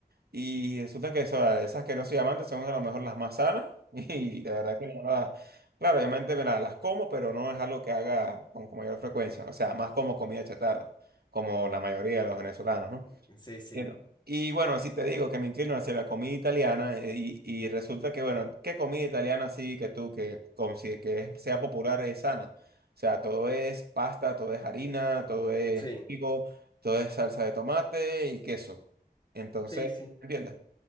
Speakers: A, on the right (about 70°); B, on the left (about 25°).
A: Y resulta que o sea, esas que no soy amante son a lo mejor las más sanas. <laughs> Y la verdad que no las, claro, obviamente me las, las como, pero no es algo que haga con, con mayor frecuencia. O sea, más como comida chatarra, como la mayoría de los venezolanos, ¿no?
B: ujú. Sí, sí,
A: you Y bueno, así te digo que me inclino hacia la comida italiana eh, y, y resulta que, bueno, ¿qué comida italiana así que tú que, consi- que sea popular es sana? O sea, todo es pasta, todo es harina, todo es
B: sí,
A: trigo, todo es salsa de tomate y queso. Entonces,
B: sí, sí,
A: ¿entiendes?